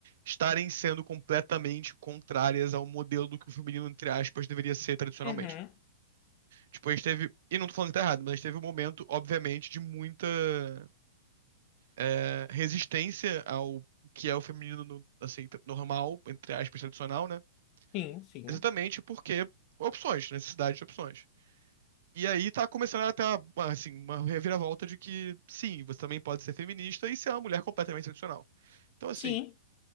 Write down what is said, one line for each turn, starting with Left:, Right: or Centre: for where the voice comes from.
Right: estarem sendo completamente contrárias ao modelo do que o feminino, entre aspas, deveria ser tradicionalmente.
Left: Uhum.
Right: Tipo, a gente teve, e não tô falando que tá errado, mas a gente teve um momento, obviamente, de muita é, resistência ao que é o feminino no- assim, tra- normal, entre aspas, tradicional, né?
Left: Sim, sim.
Right: Exatamente porque opções, necessidade de opções. E aí tá começando a ter uma, assim, uma reviravolta de que, sim, você também pode ser feminista e ser uma mulher completamente tradicional. Então, assim,
Left: Sim,